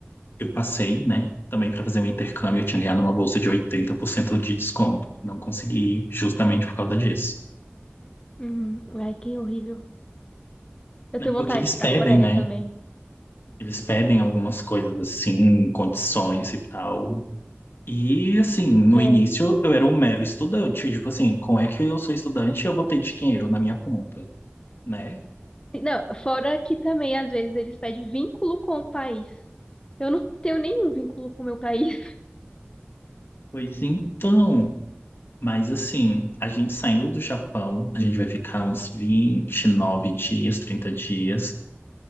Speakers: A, on the left; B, on the left.
A: eu passei, né? Também para fazer um intercâmbio, eu tinha ganhado uma bolsa de 80% de desconto. Não consegui justamente por causa disso.
B: Uhum. Ai, que horrível. Eu
A: Né?
B: tenho
A: Porque
B: vontade
A: eles
B: de ir pra
A: pedem,
B: Coreia
A: né?
B: também.
A: Eles pedem algumas coisas assim, condições e tal. E assim, no
B: É.
A: início eu era um mero estudante. Tipo assim, como é que eu sou estudante e eu vou ter dinheiro na minha conta, né?
B: Não, fora que também às vezes eles pedem vínculo com o país. Eu não tenho nenhum vínculo com o meu país. <laughs>
A: Pois então, mas assim, a gente saindo do Japão, a gente vai ficar uns vinte, e nove dias, 30 dias.